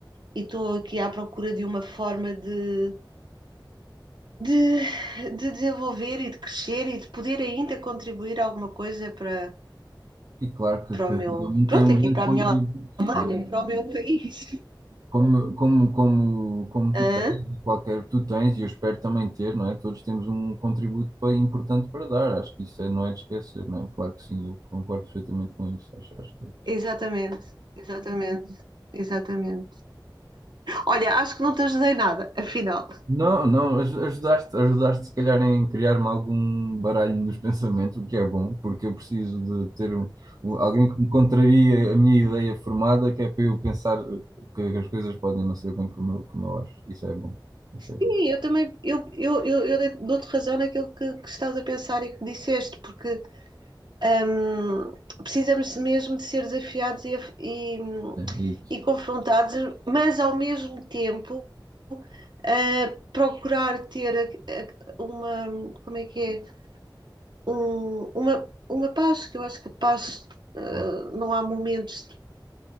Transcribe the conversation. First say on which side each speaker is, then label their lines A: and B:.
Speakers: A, on the right (about 65°); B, on the right (about 50°).
A: estou aqui à procura de uma forma de, de, de desenvolver e de crescer e de poder ainda contribuir alguma coisa para
B: E claro que,
A: para
B: que cada
A: o meu.
B: um
A: Pronto,
B: tem um
A: aqui
B: grande
A: para
B: contributo,
A: a minha para
B: não é?
A: o meu país.
B: Como, como, como, como
A: <laughs>
B: tu
A: Hã?
B: tens, e qualquer tu tens, e eu espero também ter, não é? Todos temos um contributo pa- importante para dar, acho que isso é- não é de esquecer, não é? Claro que sim, eu concordo perfeitamente com isso, acho, acho que é
A: Exatamente, exatamente, exatamente. Olha, acho que não te ajudei nada, afinal.
B: Não, não, aj- ajudaste, ajudaste se calhar em criar-me algum baralho nos pensamentos, o que é bom, porque eu preciso de ter um- um- alguém que me contraria a minha ideia formada, que é para eu pensar que as coisas podem não ser bem como, eu- como eu acho, isso é bom, isso
A: Sim,
B: é bom,
A: eu também eu, eu, eu, eu dou-te razão naquilo que, que estás a pensar e que disseste, porque hum, precisamos mesmo de ser desafiados e, e,
B: é, é isso.
A: e confrontados, mas ao mesmo tempo. uh, procurar ter a- a- uma, como é que é? um- uma, uma paz, que eu acho que paz, eh,
B: Claro.
A: não há momentos.